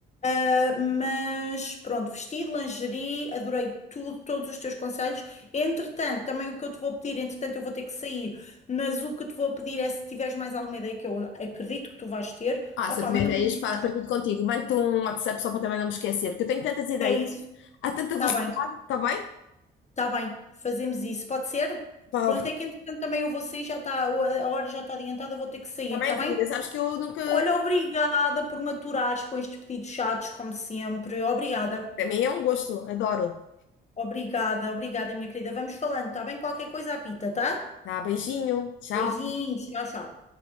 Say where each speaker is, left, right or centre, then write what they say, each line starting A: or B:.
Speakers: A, on the left; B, on the left.
A: Ah, mas pronto, vestido, lingerie, adorei tudo, todos os teus conselhos. Entretanto, também o que eu te vou pedir, entretanto, eu vou ter que sair, mas o que te vou pedir é se tiveres mais alguma ideia que eu acredito que tu vais ter,
B: Ah,
A: opá,
B: se eu tiver
A: manda-me
B: ideias,
A: uma mensagem.
B: pa- partilho contigo. Mando-te um WhatsApp só para também não me esquecer, porque eu tenho tantas ideias.
A: É isso.
B: Há tanta velocidade,
A: Tá bem,
B: está bem?
A: tá bem. Fazemos isso. Pode ser?
B: Pá,
A: Pronto, é que entretanto também eu vou sair, já está, a hora já está adiantada, vou ter que sair,
B: Está bem,
A: tá
B: querida.
A: bem?
B: Sabes que eu nunca.
A: Olha, obrigada por me aturares com estes pedidos chatos, como sempre. Obrigada.
B: Para mim é um gosto. Adoro.
A: Obrigada, obrigada, minha querida. Vamos falando, tá bem? Qualquer coisa apita, tá?
B: Tá, beijinho. Tchau.
A: Beijinhos, tchau, tchau.